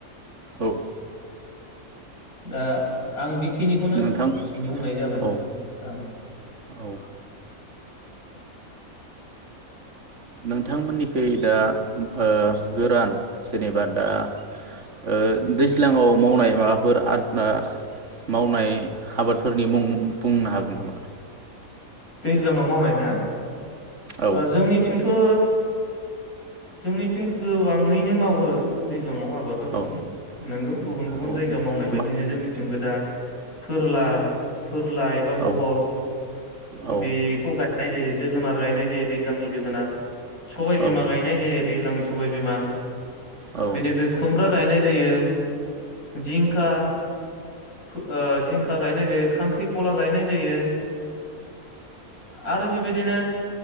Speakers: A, on the right; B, on the left.
A: औ।
B: दा। आं बेखिनिखौनो
A: नोंथां
B: बुंनाय जाबाय
A: औ
B: नोंथां औ।
A: औ ओ नोंथांमोननिखै दा। ओ गोरान जेनेबा दा ओ दैज्लाङाव मावनाय माबाफोर आबाद मावनाय आबादफोरनि मुं बुंनो हागोन नामा।
B: दैज्लांआव मावनाय ना।
A: औ
B: जोंनिथिं। थ जोंनिथिं गोबाङैनो मावो सिलङाव आबादफोर दं
A: औ
B: नोंगौ गुबुन-गुबुन
A: औ
B: जायगायाव मावनाय बायदिनो
A: मा
B: जोंनिथिंबो दा। फोरला। फोरलााय एबा
A: औ
B: बहल।
A: औ
B: बे खौ गायनाय जायो जोगोनार गायनाय जायो दैज्लांनि जोगोनार। सबाय बिमा
A: औ
B: गायनाय जायो। दैज्लांनि सबाय बिमा।
A: औ
B: बेनिफ्राय खुमब्रा गायनाय जायो। जिंखा फो ओ जिं गायनाय जायो खांख्रिखला गायनाय जायो। आरो बेबाय बिदिनो